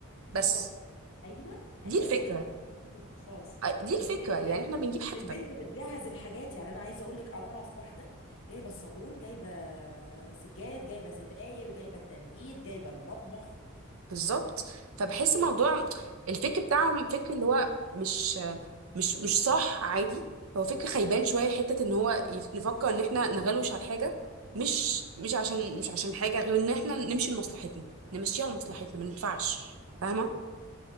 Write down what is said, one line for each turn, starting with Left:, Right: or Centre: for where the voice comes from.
Left: بالظبط
Right: بس
Left: ايوه
Right: دي
Left: ايوه
Right: الفكره
Left: انت كده قلت نقطة الفاس
Right: أ- دي الفكره
Left: ان ان
Right: يعني احنا بنجيب حاجتك
Left: إن البنت بتجهز الحاجات يعني انا عايزه اقول لك انا اعرف واحده جايبه الصالون جايبه سجاد جايبه ستاير جايبه التنجيد جايبه المطبخ
Right: بالظبط فبحس موضوع الفكر بتاعهم فكر اللي هو مش مش مش صح عادي هو فكر خيبان شويه حته ان هو يف- نفكر ان احنا نغلوش على حاجه مش مش عشان مش عشان حاجه غير ان احنا نمشي لمصلحتنا نمشيها لمصلحتنا ما ينفعش فاهمه